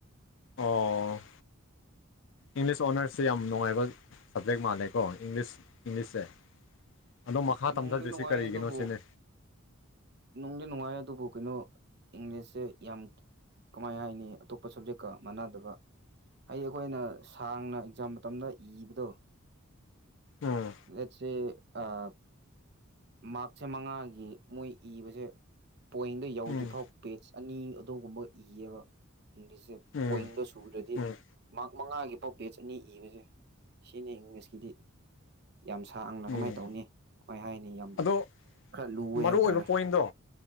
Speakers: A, on the left; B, on the right.
A: ꯑꯣ ꯏꯪꯂꯤꯁ ꯑꯣꯅꯔꯁꯁꯦ ꯌꯥꯝ ꯅꯨꯡꯉꯥꯢꯕ ꯁꯞꯖꯦꯛ ꯃꯥꯜꯂꯦꯀꯣ ꯏꯪꯂꯤꯁ ꯏꯪꯂꯤꯁꯁꯦ ꯑꯗꯣ ꯃꯈꯥ
B: ꯅꯨꯡꯗꯤ
A: ꯇꯝꯊꯗ꯭ꯔꯤꯁꯤ
B: ꯅꯨꯡꯉꯥꯏꯑꯦ
A: ꯀꯔꯤꯒꯤꯅꯣ
B: ꯑꯗꯨꯕꯨ
A: ꯁꯤꯅꯦ
B: ꯅꯨꯡꯗꯤ ꯅꯨꯡꯉꯥꯏꯑꯦ ꯑꯗꯨꯕꯨ ꯀꯩꯅꯣ ꯏꯪꯂꯤꯁꯁꯦ ꯌꯥꯝ ꯀꯃꯥꯏ ꯍꯥꯏꯅꯤ ꯑꯇꯣꯞꯄ ꯁꯞꯖꯦꯛꯀ ꯃꯥꯟꯅꯗꯕ ꯑꯩ ꯑꯩꯈꯣꯏꯅ ꯁꯥꯡꯅ ꯑꯦꯛꯖꯥꯝ ꯃꯇꯝꯗ ꯏꯕꯗꯣ
A: ꯎꯝ
B: ꯂꯦꯠꯁ ꯁꯦ ꯑ ꯃꯥꯔꯛꯁꯦ ꯃꯉꯥꯒꯤ ꯃꯣꯢ ꯩꯨ ꯏꯕꯖꯦ ꯄꯣꯏꯟꯗꯣ ꯌꯧꯗ꯭ꯔꯤꯐꯥꯎ
A: ꯎꯝ
B: ꯄꯦꯠꯁꯇ ꯑꯅꯤ ꯑꯗꯨꯒꯨꯝꯕ ꯏꯑꯦꯕ ꯏꯪꯂꯤꯁꯁꯦ
A: ꯎꯝ
B: ꯄꯣꯏꯟꯗꯣ ꯁꯨꯗ꯭ꯔꯗꯤ
A: ꯎꯝ
B: ꯃꯥꯔꯛ ꯃꯉꯥꯒꯤꯐꯥꯎ ꯄꯦꯠꯁ ꯑꯅꯤ ꯏꯕꯁꯦ ꯁꯤꯅꯤ ꯏꯪꯂꯤꯁꯀꯤꯗꯤ ꯌꯥꯝ ꯁꯥꯡꯅ
A: ꯎꯝ
B: ꯀꯃꯥꯏꯅ ꯇꯧꯅꯤ ꯀꯃꯥꯏ ꯍꯥꯏꯅꯤ ꯌꯥꯝ
A: ꯑꯗꯣ
B: ꯈꯔ ꯂꯨꯋꯦ
A: ꯃꯔꯨ
B: ꯍꯥꯏꯕ
A: ꯑꯣꯏꯕ
B: ꯇꯥꯔꯦ
A: ꯄꯣꯏꯟꯗꯣ